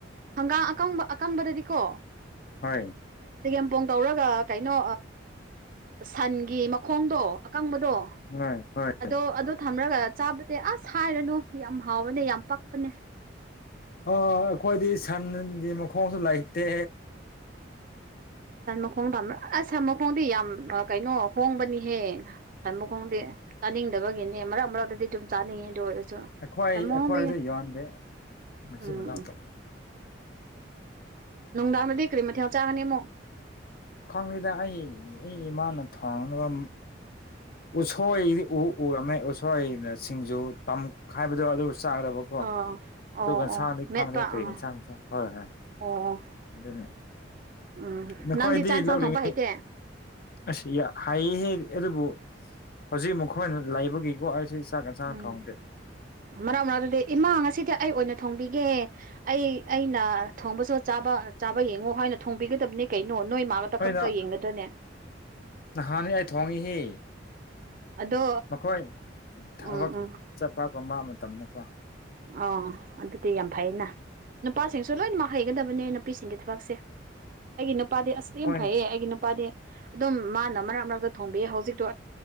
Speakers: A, on the right; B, on the left.
A: ꯍꯪꯒꯥꯝ ꯑꯀꯪꯕ ꯑꯀꯪꯕꯗꯗꯤꯀꯣ
B: ꯍ
A: ꯆꯒꯦꯝꯄꯣꯡ ꯇꯧꯔꯒ ꯀꯩꯅꯣ ꯁꯟꯒꯤ ꯃꯈꯣꯡꯗꯣ ꯑꯀꯪꯕꯗꯣ
B: ꯍꯣꯏ ꯍꯣꯏ
A: ꯑꯗꯣ ꯑꯗꯣ ꯊꯝꯂꯒ ꯆꯥꯕꯗꯤ ꯑꯁ ꯍꯥꯏꯔꯅꯨ ꯌꯥꯝ ꯍꯥꯎꯕꯅꯦ ꯌꯥꯝ ꯄꯛꯄꯅꯦ
B: ꯑꯣ ꯑꯩꯈꯣꯏꯗꯤ ꯁꯟꯒꯤ ꯃꯈꯣꯡꯁꯨ ꯂꯩꯇꯦ
A: ꯁꯟ ꯃꯈꯣꯡ ꯊꯝ ꯑꯁ ꯁꯟ ꯃꯈꯣꯡꯗꯤ ꯌꯥꯝ ꯀꯩꯅꯣ ꯍꯣꯡꯕꯅꯤꯍꯦ ꯁꯟ ꯃꯈꯣꯡꯗꯤ ꯆꯥꯅꯤꯡꯗꯕꯒꯤꯅꯦ ꯃꯔꯛ ꯃꯔꯛꯇꯗꯤ ꯑꯗꯨꯝ ꯆꯥꯅꯤꯡꯉꯦ ꯑꯗꯨ ꯑꯣꯏꯔꯁꯨ
B: ꯑꯩꯈ꯭ꯣꯏꯏ
A: ꯁꯟ ꯃꯈꯣꯡꯗꯤ
B: ꯑꯩꯈ꯭ꯋꯥꯗ ꯌꯣꯟꯗꯦ ꯃꯆꯤꯟ
A: ꯎꯝ
B: ꯃꯅꯥꯎꯛꯇꯣ
A: ꯅꯨꯡꯗꯥꯡꯗꯗꯤ ꯀꯔꯤ ꯃꯊꯦꯜ ꯆꯥꯒꯅꯤꯃꯣ
B: ꯈ꯭ꯋꯥꯡꯕꯤꯗ ꯑꯩ ꯑꯩ ꯏꯃꯥꯅ ꯊꯣꯡꯅꯕ ꯎꯁꯣꯏꯗꯤ ꯎ ꯎꯔꯝꯃꯦ ꯎꯁꯣꯏꯅ ꯁꯤꯡꯖ ꯇ ꯍꯥꯏꯕꯗꯣ ꯑꯗꯨ ꯆꯥꯗꯕ ꯀꯣ
A: ꯑꯥ ꯑꯣ
B: ꯑꯗꯨꯒ ꯉꯁꯥꯡꯗꯤꯩ
A: ꯑꯣ ꯃꯦꯠꯄ
B: ꯐꯪꯗꯦ ꯀꯔꯤ
A: ꯑꯥ
B: ꯉꯟꯁꯥꯡ ꯉꯁꯥꯡ ꯍꯣꯏ ꯍꯣꯏ
A: ꯑꯣ
B: ꯑꯗꯨꯅꯦ
A: ꯎꯝ
B: ꯅꯈꯣꯏꯗꯤ
A: ꯅꯪꯗꯤ ꯆꯥꯡ ꯆꯥꯡ
B: ꯂꯧꯔꯤꯉꯩ
A: ꯊꯣꯡꯕ ꯍꯩꯇꯦ
B: ꯑꯁ ꯍꯥꯏꯌꯦ ꯍꯥꯏ ꯑꯗꯨꯕꯨ ꯍꯧꯖꯤꯛ ꯃꯈꯣꯏꯅ ꯂꯩꯕꯒꯤꯀꯣ ꯑꯩꯁꯤ ꯆꯥꯛ ꯌꯦꯟꯁꯥꯡ
A: ꯎꯝ
B: ꯊꯣꯡꯗꯦ
A: ꯃꯔꯛ ꯃꯔꯥꯡ ꯑꯗꯨꯗꯤ ꯏꯃꯥ ꯉꯁꯤꯗꯤ ꯑꯩ ꯑꯣꯏꯅ ꯊꯣꯡꯕꯤꯒꯦ ꯑꯩ ꯑꯩꯅ ꯊꯣꯡꯕꯁꯨ ꯆꯥꯕ ꯆꯥꯕ ꯌꯦꯡꯉꯣ ꯍꯥꯏꯅ ꯊꯣꯡꯕꯤꯒꯗꯕꯅꯤ ꯀꯩꯅꯣ ꯅꯣꯏ ꯃꯥ ꯑꯇ
B: ꯍꯣꯏꯗ
A: ꯈꯛꯇ ꯌꯦꯡꯒꯗꯣꯏꯅꯦ
B: ꯅꯍꯥꯟꯅꯤ ꯑꯩ ꯊꯣꯡꯉꯁꯤ
A: ꯑꯗꯣ
B: ꯃꯈꯣꯏ ꯊꯕꯛ
A: ꯎꯝ ꯎꯝ
B: ꯆꯄ ꯀꯣꯕꯥ ꯃꯇꯝꯅꯀꯣ
A: ꯑꯣ ꯑꯗꯨꯗꯤ ꯌꯥꯝ ꯐꯩꯅ ꯅꯨꯄꯥꯁꯤꯡꯁꯨ ꯂꯣꯏꯅꯃꯛ ꯍꯩꯒꯗꯕꯅꯦ ꯅꯨꯄꯤꯁꯤꯡꯒꯤ ꯊꯕꯛꯁꯦ ꯑꯩꯒꯤ ꯅꯨꯄꯥꯗꯤ ꯑꯁ ꯌꯥꯝ
B: ꯍꯣꯏ
A: ꯐꯩꯌꯦ ꯑꯩꯒꯤ ꯅꯨꯄꯥꯗꯤ ꯑꯗꯨꯝ ꯃꯥꯅ ꯃꯔꯛ ꯃꯔꯛꯇ ꯊꯣꯡꯕꯤ ꯍꯧꯖꯤꯛꯇꯣ